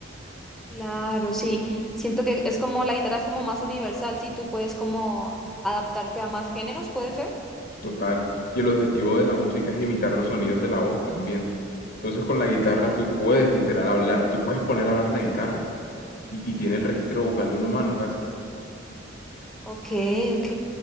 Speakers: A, in the centre; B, on the left.
A: Claro, sí. Siento que es como la guitarra es como más universal, sí. Tú puedes como adaptarte a más géneros, ¿puede ser?
B: Total. Y el objetivo de la música es imitar los sonidos de la voz también. Entonces con la guitarra
A: Claro.
B: tú puedes literal hablar, tú puedes poner a hablar la guitarra. Y, y tiene el registro vocal de un humano casi.
A: Ok, ok.